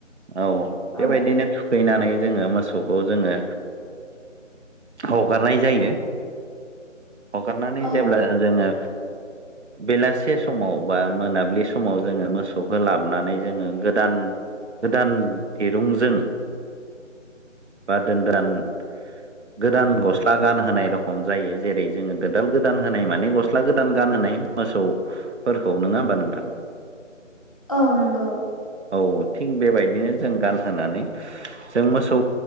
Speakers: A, on the right; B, on the left.
A: औ
B: औ
A: बेबायदिनो थुखैनानै जोङो मोसौखौ जोङो हगारनाय जायो हगारनानै
B: औ
A: जेब्ला जोङो बेलासे समाव बा मोनाबिलि समाव जोङो मोसौखौ लाबनानै जोङो गोदान गोदान दिरुंजों बा दोनदान गोदान गस्ला गान होनाय रखम जायो जेरै जोङो <inaudible> गोदान होनाय माने गस्ला गोदान गान <inaudible> सौफोरखौ नङा होमबा नोंथां
B: औ नंगौ
A: औ थिग बेबायदिनो जों गानहोनानै जों मोसौ